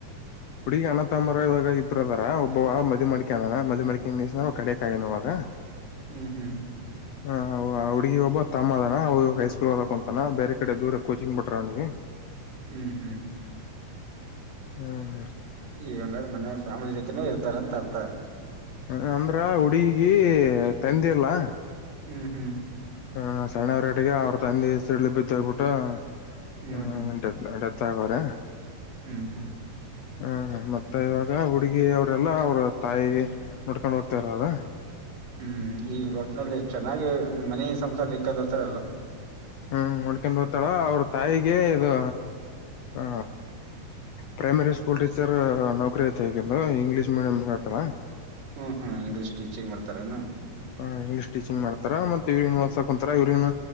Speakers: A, on the left; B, on the right.
A: ಹುಡಗಿ ಅಣ್ಣ ತಂಬರ ಇವಾಗ ಇಬ್ಬರ ಅಧಾರ್ ಒಬ್ಬ ಮದಿವಿ ಮಾಡ್ಕೊ ಅನ ಮದಿ ಮಡ್ಕೊಂಡನ್ ದ ಕಡೆ ಯಾಕಾಯನುವಾಗ <unintelligible>
B: ಹ್ಮ್ ಹ್ಮ್
A: ಹಾ ಹೌ ಹುಡ್ಗಿ ಒಬ್ಬ ತಮ್ಮ ಅದ್ನ ಅವು ಹೈಸ್ಕೂಲ್ ಓದಾಕಂತಾನ ಬೇರೆ ಕಡೆ ದೂರ ಕೋಚಿಂಗ್ ಬಿಟ್ರ ಅವನಿಗೆ
B: ಹ್ಮ್ ಹ್ಮ್
A: ಹ್ಮ್ ಹ್ಮ್
B: ಈಗ ಹಂಗಾದ್ರೆ ಮನೆಯ ಫ್ಯಾಮಿಲಿ ಜೊತೆನೇ ಇರ್ತಾರ ಅಂತ ಅರ್ತ
A: ಹ ಅಂದ್ರ ಹುಡುಗಿ ತಂದಿ ಇಲ್ಲಾ
B: ಹ್ಮ್ ಹ್ಮ್
A: ಹ ಸಣ್ಣವರಟಗೆ ಅವ್ರ ತಂದೆ ಸಿಡ್ಲು ಬಿದ್ದೋಗ್ಬಿಟ್ಟು ಆ
B: ಹ್ಮ್
A: ಅ
B: ಹ್ಮ್
A: ಅ ಚ ಕ <unintelligible>
B: ಹ್ಮ್ ಹ್ಮ್
A: ಹ ಮತ್ತೆ ಇವಾಗ ಹುಡುಗಿ ಅವರೆಲ್ಲಾ ಅವ್ರ ತಾಯಿ ನೋಡ್ಕೊಂಡ್ ಹೋಗ್ತಾ ಇರದ
B: ಹ್ಮ್ ಈಗ್ ಒಟ್ಟನಲ್ಲಿಷ್ಟ ಚೆನ್ನಾಗಿ ಮನೇ ಸಂಸಾರ ನಿಕ್ಕೊಂಡು ಹೋತಾರಲ್ಲಾ
A: ಹ್ಮ್ ನಡ್ಕೊಂಡ್ ಹೋಗತಾಳ ಅವ್ರ ತಾಯಿಗೆ ಇದು ಆ ಪ್ರೈಮರಿ ಸ್ಕೂಲ್ ಟೀಚರ್ ನೌಕರಿ ಐತಿ ಅಕಿಂದು ಇಂಗ್ಲೀಷ್ ಮೀಡಿಯಂ ಹತಾ
B: ಹ್ಮ್ ಹ್ಮ್ ಇಂಗ್ಲೀಷ್ ಟೀಚಿಂಗ್ ಮಾಡತಾರೇನು
A: ಹ ಇಂಗ್ಲಿಷ್ ಟೀಚಿಂಗ್ ಮಾಡತಾರ ಮತ್ತೆ ಇವ್ರ್ನಾ ಹೋದ್ಸಕುಂತಾರ ಇವ್ರೇನು